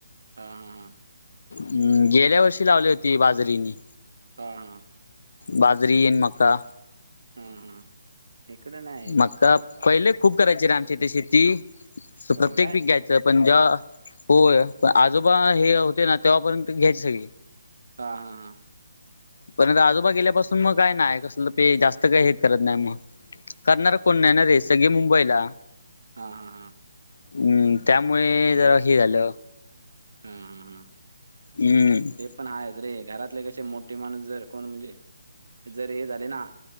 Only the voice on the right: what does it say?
हा हा हा
हा हा
हं हा इकडे नाय
होय
काय
हा हा हा
होय
काय
हा हा हा
हम्म
हा हा हां
पण हायच रे घरातले कसे मोठे माणूस जर कोण म्हणजे जर हे झाले ना?